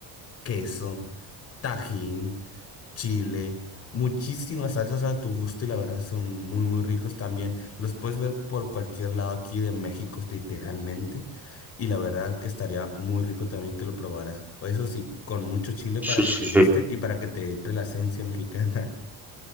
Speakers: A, on the left; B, in the centre.
A: queso, tajín, chile, muchísimas salsas a tu gusto y la verdad son muy muy ricos también. Los puedes ver por cualquier lado aquí de México literalmente y la verdad que estaría muy rico también que lo probaras. Eso sí, con mucho chile
B: Sí,
A: para que
B: sí,
A: te guste
B: sí.
A: y para que te entre la esencia mexicana.